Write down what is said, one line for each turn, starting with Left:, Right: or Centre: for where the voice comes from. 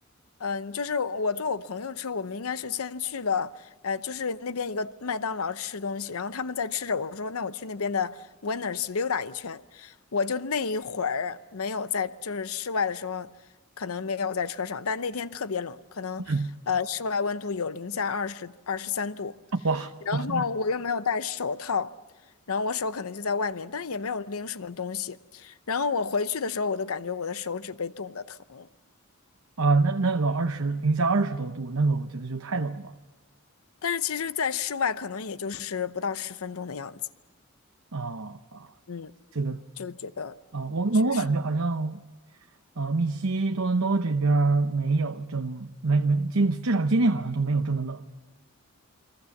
Left: 嗯、就是我坐我朋友车，我们应该是先去了，呃，就是那边一个麦当劳吃东西，然后他们在吃着，我说那我去那边的 Winners 溜达一圈，我就那一会儿没有在，就是室外的时候，可能没有在车上，但那天特别冷，可能呃室外温度有零下二十二十三度。
Right: <laughs> 嗯，哇哇
Left: 然后我又没有戴手套，然后我手可能就在外面，但是也没有拎什么东西。然后我回去的时候，我都感觉我的手指被冻得疼了。
Right: 啊，那那个二十零下二十多度，那个我觉得就太冷了
Left: 但是其实，在室外可能也就是不到十分钟的样子。
Right: 啊啊，
Left: 嗯，
Right: 这个
Left: 就觉得
Right: 啊，我那我感觉好像。
Left: 确实，
Right: 呃，密西多伦多这边儿没有这么没没今至少今天好像都没有这么冷。